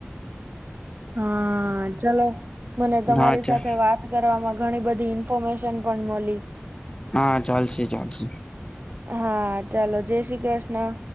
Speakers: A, on the right; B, on the left.
A: હા ચલો મને તમારી
B: હા ચાલ
A: સાથે વાત કરવામાં ઘણી બધી ઇન્ફોર્મેશન પણ મળી
B: હા ચાલશે ચાલશે
A: હા ચાલો જય શ્રી કૃષ્ણ